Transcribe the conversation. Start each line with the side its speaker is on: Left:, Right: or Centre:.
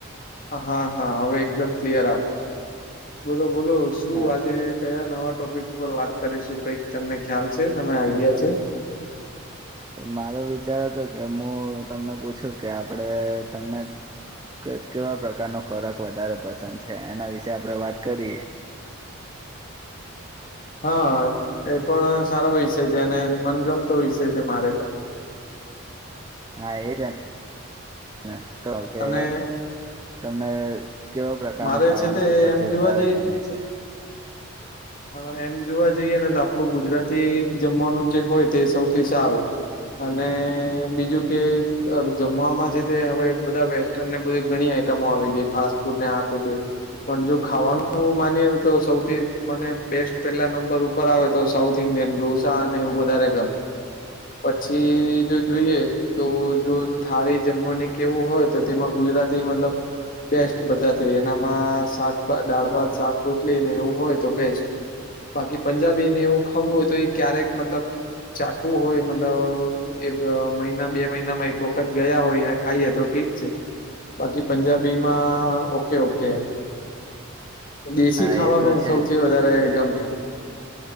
Left: હા હા હવે એકદમ ક્લિયર આવ્યો બોલો બોલો શું
Right: હા
Left: આજે કયા નવા ટોપિક ઉપર વાત કરીશું કઈક તમને ખ્યાલ છે તમે આઈડિયા છે,
Right: મારો વિચાર હતો કે હું તમને પૂછું કે આપડે તમને કે કેવા પ્રકાર નો ખોરાક વધારે પસંદ છે, એના વિશે આપણે વાત કરીએ
Left: હ એ પણ સારો વિષય છે અને મનગમતો વિષય છે મારે તો.
Right: હા એ <unintelligible> તો કે
Left: અને
Right: તમને કેવા પ્રકારનું
Left: મારે
Right: ખાવાનું
Left: છે તે
Right: સૌથી
Left: એમ જોવા
Right: વધારે ગમે છે.
Left: અહ એમ જોવા જઈએ ને તો આપડું ગુજરાતી જમવાનું જે હોય તે સૌથી સારું. અને બીજું કે અહ જમવાવામાં છે તે હવે બધા વે સ્ટર્ન ને બધી ઘણી આઈટમો આવી ગઈ ફાસ્ટ ફૂડને આ કે તે. પણ જો ખાવાનું માનીએ ને તો સૌથી પને બેસ્ટ પેલા નંબર ઉપર આવે તો સાઉથ ઇન્ડિયન ઢોસા અને એવું વધારે ગ પછી જો
Right: ઓહો
Left: જોઈએ તો જો થાળી જમવાની કે એવું હોય તો તેમાં ગુજરાતી મતલબ બેસ્ટ બધાથી એનામાં શાકભા દાળ-ભાત, શાક રોટલીને એવું હોય તો બેસ્ટ બાકી પંજાબીને એવું ખાવું હોય તો એ ક્યારેક મતલબ ચાખવુ હોય મતલબ એક મહિના બે મહિનામાં એક વખત ગયા હોય ખાઈએ તો ઠીક છે, બાકી પંજાબીમાં ઓકે ઓકે એમ. દેશી
Right: હા
Left: ખાવાનું
Right: એ તો છે
Left: સૌથી
Right: જ
Left: વધારે ગમે.